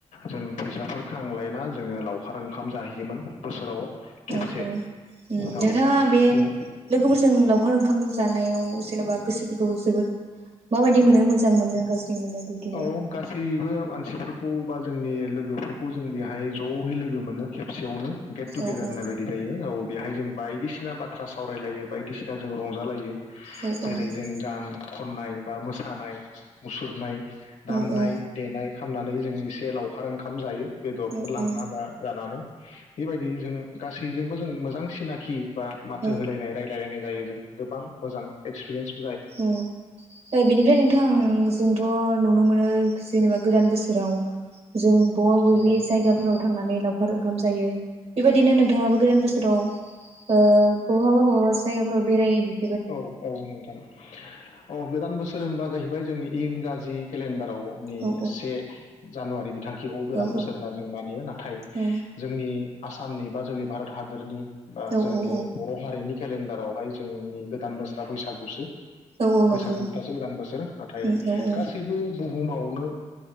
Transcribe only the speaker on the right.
औ औ
नोंथाङा बे
लोगोफोरजों लावखार ओंखाम जानायाव जेन'बा गोसोफोरखौ जोबोद माबायदि मोनो मोजां मोनो गाज्रि मोनो बिदि
औ औ
औ
औ
औ
औ
औ
औ बेनिफ्राय नोंथां जोंथ' नुनो मोनो जेनेबा गोदान बोसोराव जों बबेबा बबेबि
जायगाफोराव थांनानै लावखार ओंखाम जायो बेबायदिनो नोंथाङाबो गोदान बोसोराव ओ बहाबा बहाबा जायगाफोराव बेराय है
औ
औ
औ
औ
औ
औ औ
नंगौ
उम औ औ